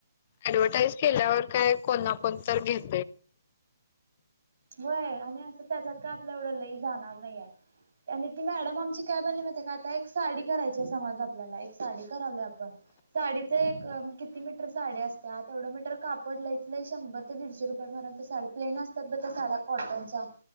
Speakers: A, on the left; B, on the right.
A: ऍडव्हटाईज केल्यावर काय कोणा कोण तर घेत
B: व्हय आणि असं त्याच्यात का आपलं एवढं लई जाणार नाय ये. आणि ती मॅडम आमची काय बनली माहितेय का आता एक साडी करायची हाय समज आपल्याला एक साडी करलोय आप साडीच एक अ किती मीटर साड्या असत्यात. तेवढं मीटर कापड लाईच लंय शंभर ते दीडशे रुप <unintelligible> प्लेन असतात ब त्या साड्या कॉटनच्या